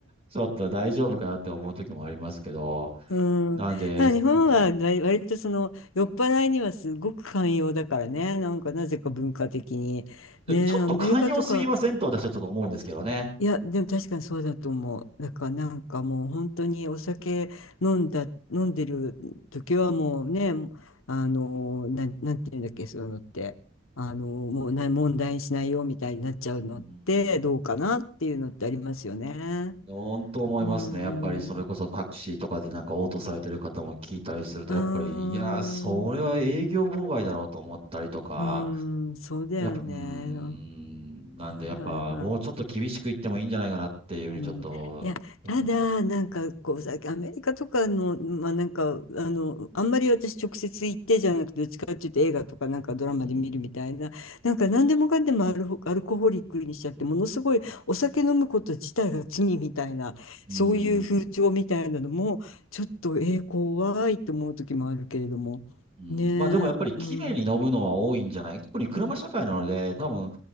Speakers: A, on the right; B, on the left.
A: ちょっと大丈夫かよって思う時もありますけど、
B: うん。
A: なんで、
B: あ、日本は割割とその酔っ払いにはすごく寛容だからね。
A: うん
B: なんかなぜか文化的に。
A: でちょっと寛容すぎませんと私はちょっと思うんですけどね。
B: ねえ、アメリカとかいや、でも確かにそうだと思う。だからなんかもう本当にお酒飲んだ、飲んでる時はもうね、あの、なん、なんていうんだっけ、そういうのって、あの、もうな、問題にしないよみたいになっちゃうのってどうかなっていうのってありますよね。
A: うん。本当思いますね。
B: うーん、
A: やっぱりそれこそタクシーとかでなんか応答されてる方も聞いたりすると、
B: うーん、
A: やっぱり、いやー、それは営業妨害だろうと思ったりとか、
B: うーん、そうだよね。
A: やっぱ、うーん、
B: は
A: なんでやっぱもうちょっと厳しく言ってもいいんじゃないかなっていうふうにちょっと、
B: いはいはい。うん、いや、
A: うん、
B: ただ、なんかこうさ、アメリカとかの、まあなんか、あの、あんまり私直接行ってじゃなくて、どっちかっていうと映画とかなんかドラマで見るみたいな、
A: うん、
B: なんか何でもかんでもアルホ、アルコホリックにしちゃって、ものすごいお酒飲むこと自体が罪みたいな、
A: うん。
B: そういう風潮みたいなのも、ちょっと、えー、怖いと思う時もあるけれども。
A: うん、
B: ねえ、
A: まあでもやっぱり綺麗に飲むのは多いんじゃない特に車社会なので、
B: うん、
A: 多分、